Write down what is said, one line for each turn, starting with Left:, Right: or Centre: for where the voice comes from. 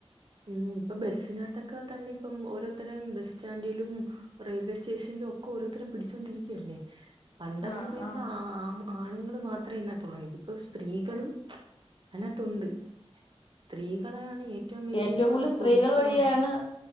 Right: ഉം ഇപ്പ ബസ്സിനക് ത്തൊക്കെ തന്നെ ഇപ്പം ഓരോത്തരെ ബസ് സ്റ്റാന്റിലും റെയിൽവേ സ്റ്റേഷനിലും ഒക്കെ ഓരോത്തരേം പിടിച്ചൊണ്ടിരിക്കയല്ലേ പണ്ട്‌ എന്ന്
Left: ആ
Right: പറയുമ്പ
Left: ആ
Right: ആമു ആണുങ്ങള് മാത്രേ ഇതിനകത്തോള്ളായിരുന്നു ഇപ്പോ സ്ത്രീകളും അയ്നകത്തുണ്ട് സ്ത്രീകളെയാണ് ഏറ്റവും വലിയ
Left: ഏറ്റവും കൂടുതല്
Right: ഈ
Left: സ്ത്രീകള്
Right: കൊടുത്ത്
Left: വഴിയാണ്